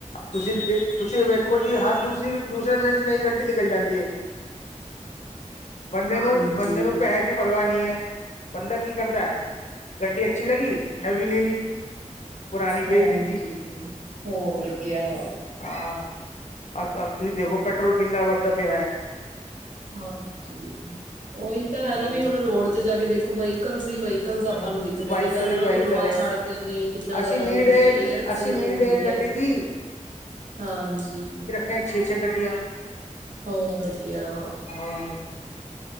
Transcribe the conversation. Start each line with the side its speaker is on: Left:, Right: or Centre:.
Left: ਤੁਸੀ ਜੀ ਤੁਸੀ ਵੇਖੋ ਜੀ ਹਰ ਦੂਸਰੀ- ਦੂਸਰੇ ਮਿੰਟ ਚ ਨਈ ਗੱਡੀ ਨਿਕਲ ਜਾਂਦੀ ਏ। ਬੰਦੇ
Right: ਹਾਂਜੀ
Left: ਨੂੰ-ਬੰਦੇ ਨੂੰ ਪੈਹੇ ਦੀ ਪਰਵਾ ਨੀ ਐ। ਬੰਦਾ ਕੀ ਕਰਦੈ, ਗੱਡੀ ਅੱਛੀ ਲੱਗੀ ਨਵੀਂ ਲੇ ਲੀ। ਪੁਰਾਣੀ ਵੇਚ
Right: ਹਾਂਜੀ
Left: ਦਿੱਤੀ
Right: ਬਈ ਹੋਰ ਕਯਾ।
Left: ਆਂ ਔਰ ਤੁਆ ਤੁਹੀ ਦੇਖੋ ਪੈਟਰੋਲ ਕਿੰਨਾ ਵਰਦਾ ਪਿਐ।
Right: ਹਾਂ ਜੀ ਔਈ ਤਾਂ ਹੈ
Left: ਹੂੰ
Right: ਨਾ ਵੀ ਹੁਣ ਰੋਡ ਤੇ ਜਾ ਕੇ ਦੇਖੋ ਵਹੀਕਲ ਸ ਈ ਵੀ ਕਲਜ਼ ਆਪਾਂ
Left: ਹੂੰ
Right: ਨੂੰ ਦਿਖਦੇ
Left: ਵਾਹੀਕਲ
Right: ਨੇ ਤਾਂ ਫੇਰ
Left: ਹੀ
Right: ਔਹ
Left: ਵਾਹੀਕਲ
Right: ਧੂੰਆਂ
Left: ਹੈ
Right: ਛੱਡਦੇ ਨੇ ਕਿੰਨਾ
Left: ਅਸੀਂ
Right: ਜ਼ਿਆਦਾ
Left: ਨੀਡ
Right: ਪਲਿਊਟ
Left: ਏ
Right: ਏਅਰ ਪਲਯੁਟ
Left: ਅਸੀਂ ਨੀਡ
Right: ਹੁੰਦੀ
Left: ਏ ਗੱਡੀ
Right: ਐ
Left: ਦੀ
Right: ਹਾਂਜੀ।
Left: ਹੈ ਛੇ -ਛੇ ਗੱਡੀਆਂ।
Right: ਹੋਰ ਕੇਯਾ।
Left: ਹਾਂ।